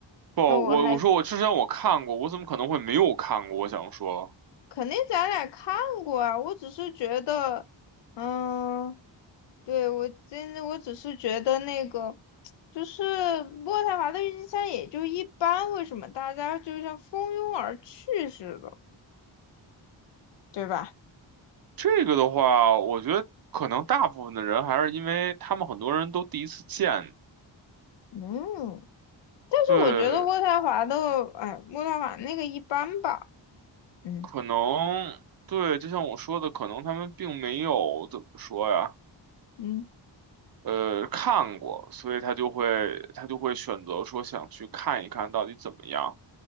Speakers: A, on the right; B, on the left.
A: 不，我我说我之前我看过，
B: 那我还
A: 我怎么可能会没有看过？我想说
B: 肯定咱俩看过啊。我只是觉得，嗯，对，我真的我只是觉得那个就是渥太华的郁金香也就一般，为什么大家就像蜂拥而去似的，对吧？
A: 这个的话，我觉得可能大部分的人还是因为他们很多人都第一次见，
B: 嗯。但是我觉得渥太华的，
A: 对，
B: 哎，渥太华那个一般吧，嗯
A: 可能对，就像我说的，可能他们并没有怎么说呀。
B: 嗯，
A: 呃看过，所以他就会他就会选择说想去看一看到底怎么样。